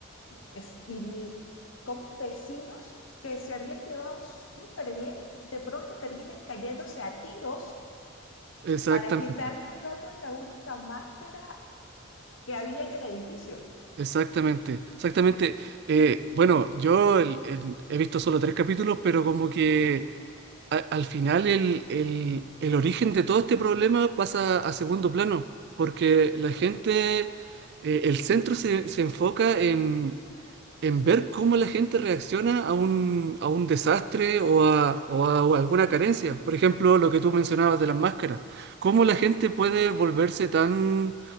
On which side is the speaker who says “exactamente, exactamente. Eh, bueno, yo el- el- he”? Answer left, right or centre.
Right